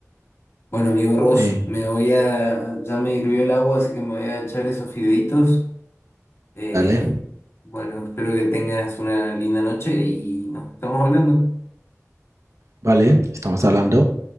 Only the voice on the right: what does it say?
Eh,
dale.
Vale, estamos hablando.